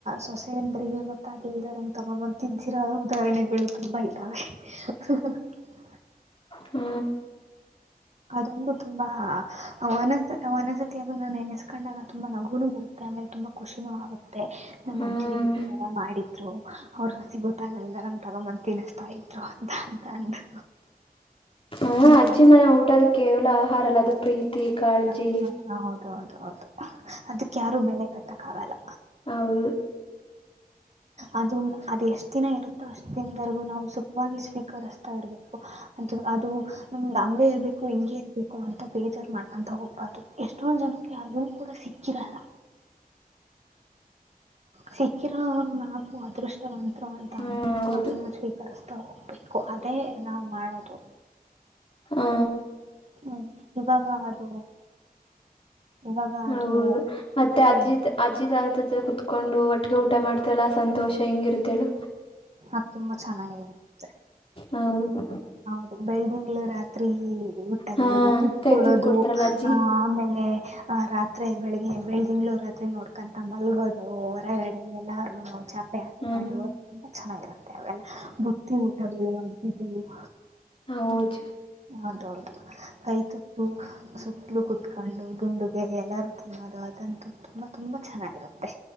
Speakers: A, on the right; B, on the left.
A: ಸೊಸೆ ಅಂದ್ರಿಗೆ ಮತ್ ಗೊತ್ತಾಗಿಲ್ದೇರಂಗ್ ತಗೊಂಬ್ ತಿನ್ಸಿರೋ ಉದಾಹರಣೆಗಳು ತುಂಬಾ ಇದ್ದಾವೆ ಹಃ ಹ ತಾತ್
B: ಹ್ಮ
A: ಅದೊಂದು ತುಂಬಾ ವನಸ ವನಸತಿ ಅದನ್ನ ನೆನೆಸ್ಕೊಂಡಾಗ ತುಂಬಾ ನಗುನು ಬರುತ್ತೆ ಆಮೇಲೆ ತುಂಬಾ ಖುಷಿನೂ ಆಗುತ್ತೆ ನಮ್ಮ
B: ಹ್ಮ್
A: ಅಜ್ಜಿ ಇತರ ಎಲ್ಲ ಮಾಡಿದ್ರು ಅವರು ಹಸಿವ ಗೊತ್ತಾಂಗಗಿಲ್ಲ ನಂಗ ತಗೊಂಬ ತಿನಿಸ್ತಾ ಇದ್ರು ಅಂತ ಅಂತ ಅಂದು.
B: ಹ ಅಜ್ಜಿ ಮನೆ ಊಟ ಅದು ಕೇವ್ಲ ಆಹಾರ ಅಲ್ಲ ಅದು ಪ್ರೀತ್ ತಿ ಕಾಳ್ಜಿ.
A: ಹ್ಮ್ ಹೌದು ಹೌದು ಹೌದು ಅದಕ್ ಯಾರು ಬೆಲೆ ಕಟ್ಟಕ್ಕ ಆಗಲ್ಲ.
B: ಹೌದ್
A: ಅದು ಅದೆಷ್ಟ್ ದಿನ ಇರುತ್ತೋ ಅಷ್ಟ್ ದಿನದವರ್ಗು ನಾವು ಸುಖವಾಗಿ ಸ್ವೀಕರಿಸ್ತಾ ಇರ್ಬೇಕು ಅದು ಅದು ನಮ್ದ ಹಂಗೆ ಇರ್ಬೇಕು ಹಿಂಗೆ ಇರ್ಬೇಕು ಅಂತ ಬೇಜಾರ್ ಮಾಡ್ಕೊಂತ ಹೋಗ್ಬಾರ್ದು ಎಷ್ಟೊಂದ್ ಜನುಕ್ಕೆ ಅದುನು ಕೂಡ ಸಿಕ್ಕಿರಲ್ಲ. ಸಿಕ್ಕಿರೊರ್ ನಾವು ಅದೃಷ್ಟವಂ ದ್ರು
B: ಹ್ಮ್
A: ಅನ್ಕೊಂಡು
B: ಹೌದು
A: ಅದನ್ನ ಸ್ವೀಕರಿಸ್ ತೊ ಹೋಗ್ಬೇಕು ಅದ್ ಅದೇ ನಾವ್ ಮಾಡದು.
B: ಹಾ
A: ಹ್ಮ್ ಇವಾಗ ಅದು. ಇವಾಗ ಅದು
B: ಹೌದು ಮತ್ತೆ ಅಜ್ಜಿದ್
A: ಹ್ಮ್
B: ಅಜ್ಜಿ ಆದದ್. ದು ಕುತ್ಕೊಂಡು ಒಟ್ಟಗೆ ಊಟ ಮಾಡ್ತಿವಲ್ಲಾ ಆ ಸಂತೋಷ ಹೆಂಗಿರುತ್ತೇಳು.
A: ಅದ್ ತುಂಬಾ ಚೆನ್ನಾಗಿರುತ್ತೆ.
B: ಹೌದು
A: ಹೌದು ಬೆಳ್ದಿಂಗ್ಳು ರಾತ್ರಿ ಊಟಗಳು
B: ಹಾ
A: ತುತ್
B: ಕೈ
A: ಕೊಡೋದು
B: ಕೊಡ್ತಾರಲ್ಲ ಅಜ್ಜಿ
A: ಆ ಆಮೇಲೆ ಆ ರಾತ್ರೆ ಬೆಳಗ್ಗೆ ಬೆಳ್ ಳ್ದಿಂಗ್ಲು ರಾತ್ರಿ ನೋಡ್ಕೊಂತ ಮಲ್ಗೋದು ಹೊರಡೆ ಎಲ್ಲಾರು. ರುನೋ ಚಾಪ್ ಪ್ಪೆ ಹಾಕೊಂಡು
B: ಹ್ಮ್
A: ಹ ತುಂಬಾ ಚೆನ್ನಾಗಿರುತ್ತೆ ಅವೆಲ್ಲ ಬುತ್ತಿ ಊಟಗುಳು. <unintelligible>
B: ಹೌದು
A: ಹೌದ ಹೌದು ಕೈ ತುತ್ತೂ ಸುತ್ತಲು ಕುೂತ್ಕೊಂಡು ದುಂಡುಗೆ ಎಲ್ಲಾರೂ ತಿನ್ನೋದು ಅದಂತೂ ತುಂಬಾ ತುಂಬಾ ಚೆನ್ನಾಗಿರುತ್ತೆ.